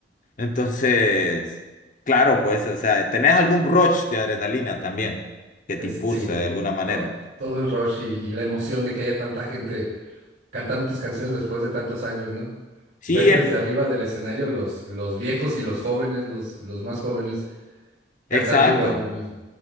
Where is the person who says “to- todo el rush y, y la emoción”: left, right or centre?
Right